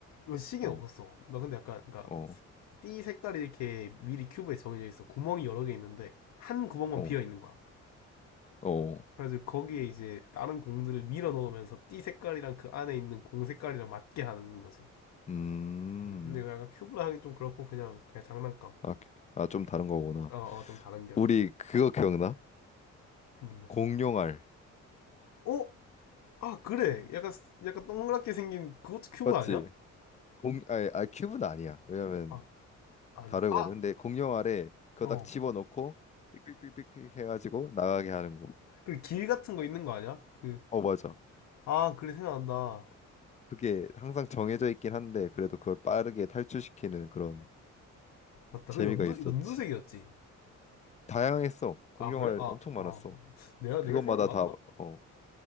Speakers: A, on the left (about 65°); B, on the left (about 25°).
A: 뭐 시계는
B: 어.
A: 없었어. 나 근데 약간 그러니까
B: 어,
A: 띠 색깔이 이렇게 미리 큐브에 정해져 있어. 구멍이 여러 개 있는데 한 구멍만
B: 어,
A: 비어 있는 거야.
B: 어,
A: 그래서 거기에 이제 다른 공들을 밀어 넣으면서 띠 색깔이랑 그 안에 있는 공 색깔이랑 맞게 하는 거지.
B: 음,
A: 음, 근데 이거 약간 큐브라 하긴 좀 그렇고 그냥 그냥 장난감.
B: 아, 아, 좀 다른 거구나.
A: 어, 어, 좀 다른 결.
B: 우리 그거 기억나?
A: 뭔데?
B: 공룡알,
A: 어? 아, 그래. 약간, 약간 동그랗게 생긴, 그것도 큐브
B: 맞지?
A: 아니야?
B: 공, 아니, 아, 큐브는 아니야. 왜냐면
A: 아, 아닌가?
B: 다르거든.
A: 아!
B: 근데 공룡알에 그거
A: 어.
B: 딱 집어넣고 삑삑삑삑삑 해가지고 나가게 하는 거.
A: 그리고 길 같은 거 있는 거 아니야? 그,
B: 어, 맞아.
A: 아, 그래, 생각난다.
B: 그게 항상 정해져 있긴 한데 그래도 그걸 빠르게 탈출시키는 그런
A: 맞다.
B: 재미가
A: 그 연두,
B: 있었지.
A: 연두색이었지.
B: 다양했어. 공룡알
A: 아, 그래? 아,
B: 엄청 많았어.
A: 아. 내가,
B: 그것마다
A: 내가 생각이 맞나?
B: 다, 어,